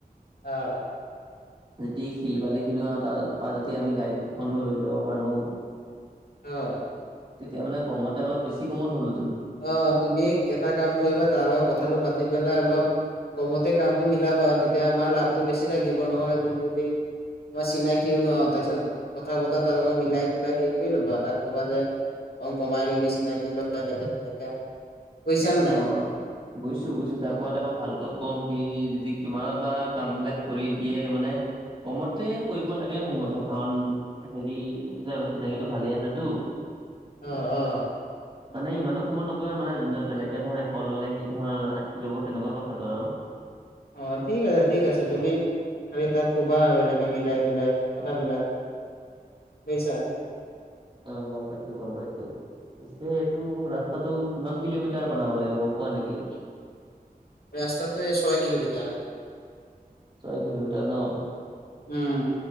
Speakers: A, on the left; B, on the right.
A: অ',
B: যদি শিল বালি খিনিও আৰু তাৰপা যদি আমি গাইকীখনো লৈ ল'ব পাৰো। <inaudible>
A: অঁ
B: তেতিয়া মানে কমতে অলপ বেছি কমত হ'ল।
A: অ তুমি এটা কাম কৰিবা তাৰ লগত কথাটো পাতি পেলাই অলপ। কমতে কামটো মিলাবা তেতিয়া আমাৰ লাভটো বেছি থাকিব নহ'লে তুমি যদি- ই চিনাকিয়ও ন তাৰপিছত কথা বতৰা তাৰ লগত মিলাই জলাই হেৰি কৰি ল'বা আৰু তাক কবা যে- অ কমাই লবি চিনাকি লৰা এনেকে তেনেকে বুজিইছা নে নাই।
B: অ বুজিছো বুজিছো তাক কোৱাতে মই ভালকৈ ক'ম সি যদি কিমানত বা কাম বিলাক কৰি দিয়ে, মানে- কমতে কৰিব লাগে মোৰ মতে কাৰণ- হেৰি কৈছিলে চিনাকিটো ভালে আছেতো।
A: অঁ অঁ
B: মানে ইমানো কমত নকৰে মানে যোনে বেলেগ- এতিয়া ধৰ এশ ললে, সি ধৰ আশি ল'ব তেনেকুৱা কথা ধৰ আৰু।
A: অঁ ঠিক আছে ঠিক আছে তুমি খালি তাক কবা আৰু এনেকে মিলাই জলাই কথাবিলাক। বুজিছা
B: অঁ গম পাইছো গম পাইছো। পিছে এইটো ৰাস্তাটো কিমান কিলোমিটাৰ বনাব লাগিব গম পোৱা নেকি।
A: ৰাস্তাটো এই ছয় কিলোমিটাৰ।
B: ছয় কিলোমিটাৰ ন?
A: উম,